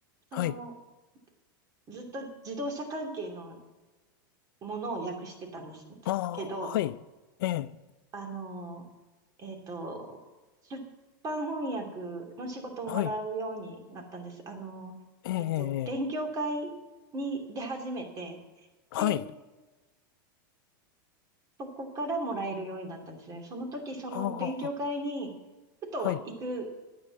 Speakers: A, on the right; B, on the left.
A: その、
B: はい。
A: ずっと自動車関係のものを訳してたんですけど、
B: ああ、はい。ええ、
A: あの、えっと、出版翻訳の仕事をもらうようになったんです。
B: はい。
A: あの、
B: ええ、ええ。
A: えっと、勉強会に出始めて、
B: はい。
A: で、そこからもらえるようになったんですね。その時、その勉強会に、
B: ああ、
A: ふと行く
B: はい。